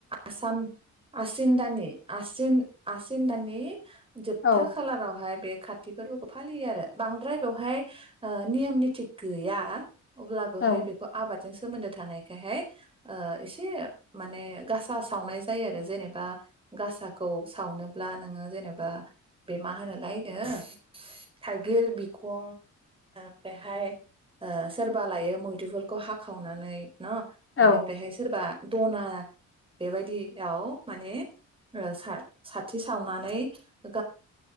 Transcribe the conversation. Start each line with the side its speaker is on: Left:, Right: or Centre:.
Right: आसान आसिन दाननि आसिन आसिन दाननि जोबथा
Left: औ
Right: खालारावहाय बे खाति फोरबोखौ फालियो आरो बांद्राय बेवहाय ओ नियम निथि गैया अब्लाबोहाय
Left: औ
Right: बेखौ आबाद जों सोमोनदो थानायखायहाय ओ एसे माने गासा सावनाय जायो आरो जेनेबा गासाखौ सावनोब्ला नोङो जेनेबा बे मा होनोलायनो थाइगिर बिखं ओमफ्रायहाय ओ सोरबा लायो मैदुफुलखौ हाखावनानै न'
Left: औ
Right: बेनिफ्रायहाय सोरबा दना बेबायदियाव माने ओ सा साथि सावनानै ओ